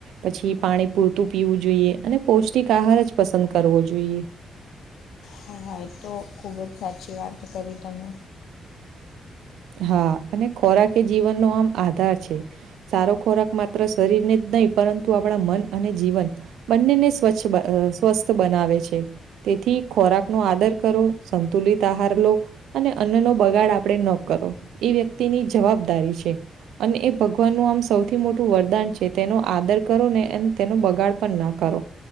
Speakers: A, on the right; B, on the left.
A: પછી પાણી પૂરતું પીવું જોઈએ અને પૌષ્ટિક આહાર જ પસંદ કરવો જોઈએ.
B: હા હ એ તો ખૂબ જ સાચી વાત કરી તમે
A: હા અને ખોરાક એ જીવનનો આમ આધાર છે. સારો ખોરાક માત્ર શરીરને જ નહીં પરંતુ આપણા મન અને જીવન બંનેને સ્વચ્છ અ સ્વસ્થ બનાવે છે. તેથી ખોરાકનો આદર કરો સંતુલિત આહાર લો. અને અન્નનો બગાડ આપડે ન કરો એ વ્યક્તિની જવાબદારી છે. અને એ ભગવાનનું આમ સૌથી મોટું વરદાન છે તેનો આદર કરો ને અને તેનો બગાડ પણ ન કરો.